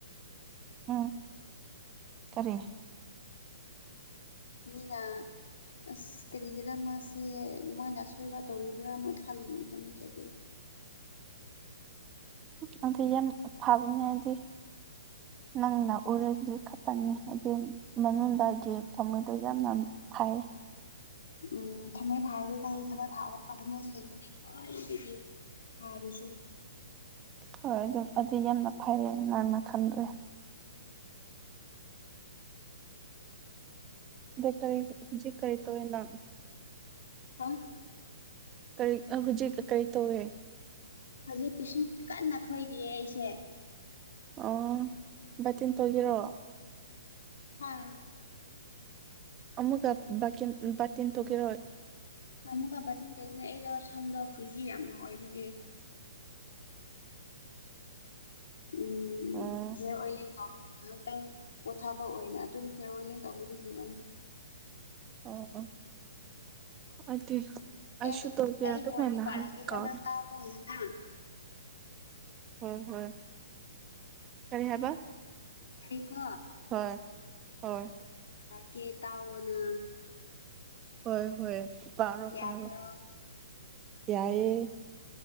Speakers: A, on the right; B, on the left.
A: ꯎꯝ ꯀꯔꯤ
B: ꯃꯤꯅ ꯑꯁ ꯀꯔꯤꯒꯤꯔꯥ ꯃꯥꯁꯦ ꯃꯣꯏꯅ ꯑꯁꯣꯏꯕ ꯇꯧꯔꯤꯕ꯭ꯔꯥ ꯑꯃꯣꯏ ꯈꯜꯂꯅꯤꯕ ꯅꯠꯇ꯭ꯔꯗꯤ
A: ꯎꯝ <inaudible> ꯌꯥꯝꯅ ꯐꯕꯅꯤ ꯍꯥꯏꯕꯗꯤ ꯅꯪꯅ ꯎꯔꯒꯗꯤ ꯈꯛꯇꯅꯤ ꯍꯥꯏ ꯃꯅꯨꯡꯗꯒꯤ ꯊꯃꯣꯏꯗ ꯌꯥꯝꯅ ꯐꯥꯏꯌꯦ
B: ꯎꯝ ꯊꯃꯣꯏ ꯐꯥꯔꯁꯦ ꯀ ꯊꯃꯣꯏ ꯐꯥꯕꯒ ꯊꯝꯃꯣꯏ ꯁꯦꯡꯕꯅꯤ ꯈꯣꯏ ꯑꯗꯒꯤ ꯍꯔꯤꯁꯦ
A: ꯍꯣꯏ ꯑꯗꯨꯝ ꯑꯗꯤ ꯌꯥꯝꯅ ꯐꯔꯦ ꯅꯪꯅ ꯈꯟꯗ꯭ꯔꯦ ꯗꯀꯇꯔ ꯖꯤ ꯍꯧꯖꯤꯛ ꯀꯔꯤ ꯇꯧꯔꯤꯅꯣ
B: ꯑꯥ
A: ꯀꯔꯤ ꯑꯥ ꯍꯧꯖꯤꯛ ꯀꯔꯤ ꯇꯧꯋꯦ
B: ꯍꯧꯖꯤꯛ ꯄꯤꯁꯨꯝ ꯀꯟꯅ ꯐꯣꯏꯔꯤꯌꯦ ꯑꯩꯁꯦ
A: ꯑꯣ ꯕꯥꯇꯤꯟ ꯇꯧꯒꯤꯦꯔꯣ
B: ꯍꯥꯥ
A: ꯑꯃꯨꯛꯀ ꯕꯥꯀꯤꯟ ꯕꯥꯇꯤꯟ ꯊꯣꯛꯈꯤꯔꯣꯏ
B: ꯑꯃꯨꯛꯀ ꯕꯥꯊꯤꯡ ꯇꯧꯕꯅꯦ ꯑꯩꯗꯣ ꯁꯝꯗꯣ ꯐ꯭ꯔꯤꯖꯤ ꯌꯥꯝꯅ ꯑꯣꯏꯕꯒꯤ <inaudible> ꯎꯝ
A: ꯑꯣ
B: ꯦ ꯑꯣꯏ ꯇ ꯉꯥꯏꯍꯥꯛꯇꯪ ꯄꯣꯊꯥꯕ ꯑꯣꯏꯅ ꯑꯗꯨꯝ ꯍꯤꯌꯔ ꯋꯦꯂꯤꯡ ꯇꯧꯕꯤꯕꯒꯤ ꯋꯥꯅꯤ
A: ꯑꯣ ꯑꯣ ꯑꯗꯨ ꯑꯩꯁꯨ
B: ꯑꯦ
A: ꯇꯧꯗꯦ
B: ꯑꯩ
A: ꯑꯗꯨꯃꯥꯏꯅ
B: ꯋꯥꯔꯤ ꯄꯥꯔꯛꯒꯦꯀꯣ
A: ꯍꯥꯏ ꯀꯥꯎ
B: ꯅꯪ ꯇꯥꯎꯀꯣ ꯉꯍꯥꯛꯇꯪ
A: ꯍꯣꯢ ꯍꯣꯏꯌꯦ ꯀꯔꯤ ꯍꯥꯏꯕ
B: ꯑꯩꯀꯣ
A: ꯍꯣꯏ ꯍꯣꯏ
B: ꯀꯦ ꯇ ꯑꯣꯅ
A: ꯍꯣꯏ ꯍꯣꯏ ꯄꯔꯣ
B: ꯌꯥꯕ꯭ꯔꯣ
A: ꯄꯔꯣ ꯏꯏꯦ